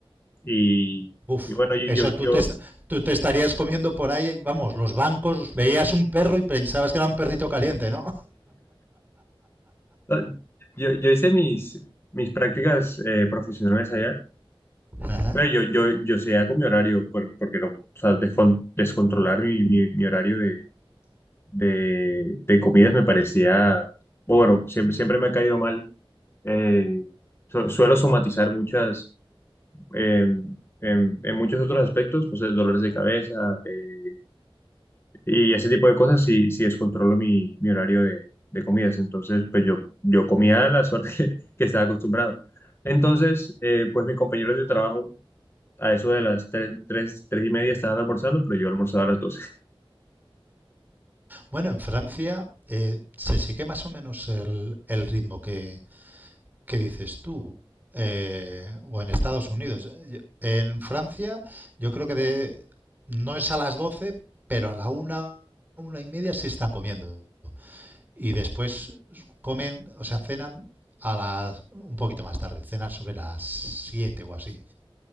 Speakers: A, on the left (about 25°); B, on the right (about 20°).
A: y,
B: Uf,
A: y bueno, yo,
B: eso
A: yo, yo,
B: tú te, tú te estarías comiendo por ahí, vamos, los bancos, veías un perro y pensabas que era un perrito caliente, ¿no?
A: ah, yo, yo hice mis, mis prácticas eh, profesionales allá.
B: <laughs> Ajá.
A: Pero yo, yo, yo seguía con mi horario, por- porque no, o sea, descon- descontrolar mi, mi, mi horario de, de, de comidas me parecía, bueno, siempre, siempre me ha caído mal. Eh, su- suelo somatizar muchas, eh, en, en muchos otros aspectos, pues eh, dolores de cabeza eh, y ese tipo de cosas si, si descontrolo mi, mi horario de, de comidas. Entonces, pues yo, yo comía a las horas <laughs> que, que estaba acostumbrado. Entonces, eh, pues mis compañeros de trabajo a eso de las tres tres- tres y media estaban almorzando, pero yo almorzaba a las doce
B: Bueno, en Francia eh, se sigue más o menos el, el ritmo que, ¿qué dices tú? Eh, o en Estados Unidos. En Francia, yo creo que de, no es a las 12, pero a la una, una y media sí están comiendo. Y después comen, o sea, cenan a las un poquito más tarde, cenan sobre las 7 o así.